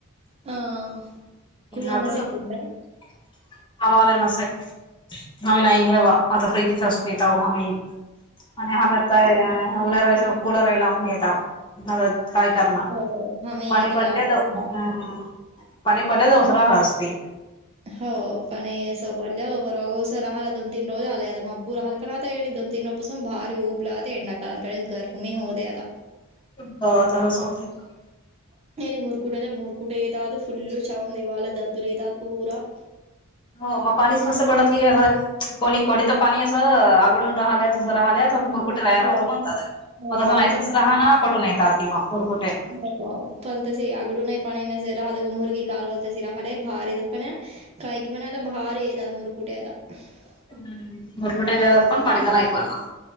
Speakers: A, on the right (about 30°); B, on the left (about 20°).
A: <unintelligible>
B: आता तर <unintelligible> <unintelligible> <unintelligible>
A: हो, आम्ही आता गावातच
B: <unintelligible>
A: <unintelligible> <unintelligible>
B: <unintelligible>
A: <unintelligible>
B: <unintelligible> <unintelligible>
A: हो.
B: <unintelligible>
A: अ, पण <unintelligible> <unintelligible> <unintelligible>
B: <unintelligible>